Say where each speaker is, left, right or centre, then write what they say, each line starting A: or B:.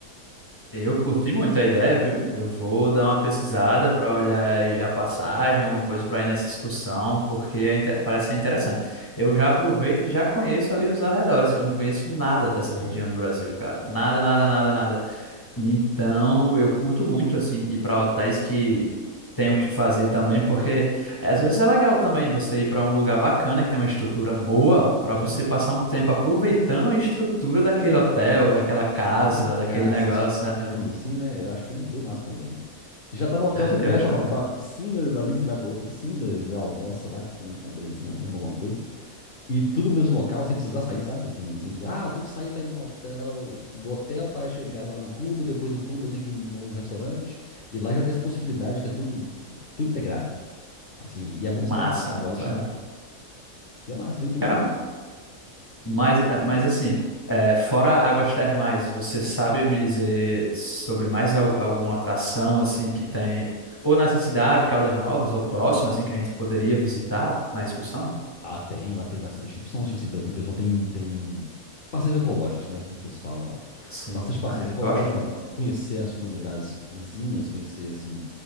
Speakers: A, on the left; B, on the left.
A: Eu curti muito a ideia, viu? Eu vou dar uma pesquisada para olhar aí já a passagem, alguma coisa para ir nessa excursão, porque é inte- parece ser interessante. Eu já aproveito e já conheço ali os arredores, que eu não conheço nada dessa
B: Sim,
A: região do Brasil, cara. Nada, nada, nada, nada. Então, eu curto muito, assim, ir para hotéis que tem o que fazer também, porque às vezes é legal também você ir para um lugar bacana, que tem uma estrutura boa, para
B: sim.
A: você passar um tempo aproveitando a estrutura daquele
B: Isso.
A: hotel, daquela casa,
B: Não ficar
A: daquele negócio,
B: se deslocando
A: né?
B: assim, né? Eu acho bem, bem massa também. Você já tá no hotel, você desce
A: Eu acho
B: pra, pra,
A: legal.
B: pra pra piscina, dali você vai pra outra piscina, almoça lá, come, tá belezinha lá, come alguma coisa. E tudo no mesmo local, sem precisar sair, sabe? Assim, sem precisar, ah, eu tenho que sair pra ir num hotel, do hotel pra chegar lá no clube, depois do clube eu tenho que ir num restaurante. E lá já tem essa possibilidade que é tudo, tudo integrado. Assim, e é bom
A: Massa,
B: que você fazer um pacote,
A: muito legal.
B: né? E é massa, bem, bem
A: Cara,
B: interessante.
A: Mas, eh, mas assim, eh, fora águas termais, você sabe me dizer sobre mais al- alguma atração assim que tem, ou nessa cidade, Caldas Novas, ou próxima, assim, que a gente poderia visitar na excursão?
B: Ah, tem, lá tem bastante opção. Tipo assim, por exemplo, o pessoal tem, tem passeios ecológicos, né? Que eles falam lá.
A: Sim,
B: Bastante passeios
A: ah, eu
B: ecológicos,
A: gosto muito.
B: conhecer as comunidades vizinhas, conhecer, assim,